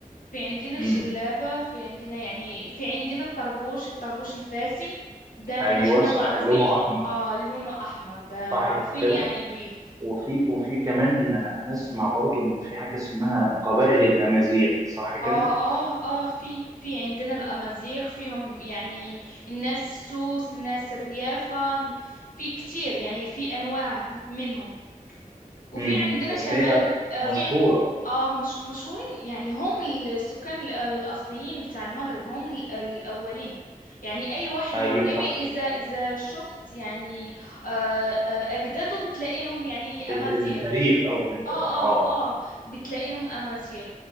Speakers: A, on the left; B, on the right.
A: في عندنا
B: امم
A: الجلابة في عندنا يعني في عندنا الطربوش الطربوش الفاسي ده
B: أيوة
A: ان احنا
B: صح
A: معروفين
B: لونه أحمر
A: اه لونه احمر ده
B: صح
A: معروفين
B: كده
A: يعني بيه
B: وفي وفي كمان أنا أسمع برضو إن في حاجة اسمها قبائل الأمازيغ صح كده
A: اه اه اه في في عندنا الامازيغ فيهم يعني الناس السوس الناس الريافة في كتير يعني في انواع منهم وفي
B: امم
A: عندنا
B: بس
A: كمان
B: هي
A: آه،
B: مشهورة
A: في عند اه مش... مشهورين يعني هم السكان ال- آه، الأصليين بتاع المغرب هم ال- الأولين يعني أي واحد
B: أيوة
A: مغربي
B: صح
A: إذا
B: كده
A: إذا شفت يعني آه، آه، أجداده بتلاقيهم يعني
B: ال-
A: أمازيغ
B: التاريخ قصدك
A: اه
B: يعني اه
A: اه اه بتلاقيهم أمازيغ